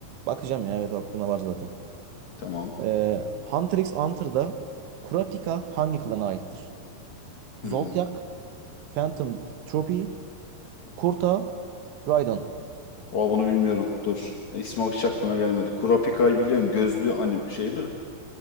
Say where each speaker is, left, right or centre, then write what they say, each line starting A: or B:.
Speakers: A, on the right; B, on the left.
A: Bakacağım ya evet aklımda var zaten.
B: Tamam.
A: Ee, Hunter x Hunter'da Kurapika hangi klana aittir?
B: Hmm.
A: Zoltyak, Phantom Troopy, Kurta, Raiden.
B: Aa, bunu bilmiyorum. Dur. İsmi hiç aklıma gelmedi. Kurapika'yı biliyorum. Gözlü anim şeydi.